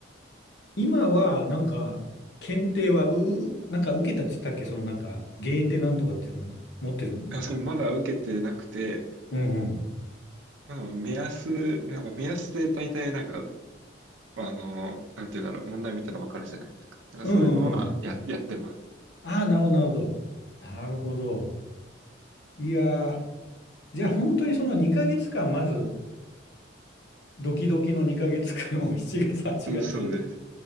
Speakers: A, on the left; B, on the right.
A: 今は、なんか、検定は、う、う、うなんか受けたって言ったっけそのなんか、ゲーテなんとかっていうの持ってるんだっけ
B: あそれまだ受けてなくて、
A: うんうん。
B: まあ、目安、なんか目安で大体なんか、あの、なんていうんだろう、問題見たらわかるじゃないですか。なんかそういうのはや、
A: うんうんうん。
B: やってます。
A: ああ、なるほど、なるほど。なるほど。いやー、じゃあ本当にその2ヶ月間、まず、ドキドキの2ヶ月間を <laughs> 7月、8月
B: うん、そうです。